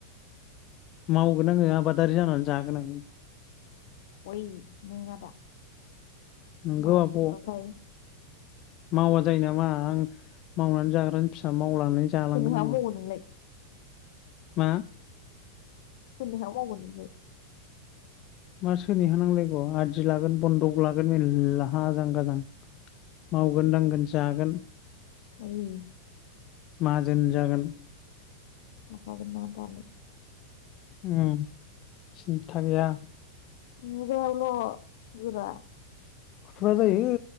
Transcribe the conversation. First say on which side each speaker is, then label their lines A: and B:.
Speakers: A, on the left; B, on the left.
A: मावगोन आङो आबादारि जानानै जागोन आं
B: अई नङादा?
A: नोंगौ
B: मावसोग्राखाय।
A: आब' मावा जायो नामा आं मावनानै जाग्रानि फिसा मावलांनानै जालांगोन
B: सोरनि हायाव
A: आंबो।
B: मावो नोंलाय
A: मा?
B: अबे हायाव मावगोन नोंलाय?
A: मा सोरनिहा नांलायगौ आदि लागोन बन्दक लागोन मेरलला आजां गाजां मावगोन दांगोन। जागोन
B: <unintelligible>
A: माहाजोन जागोन।
B: आ मा दालाय
A: उम सिन्था गैया।
B: ए्ल' जरा <unintelligible>
A: खुरा जायो।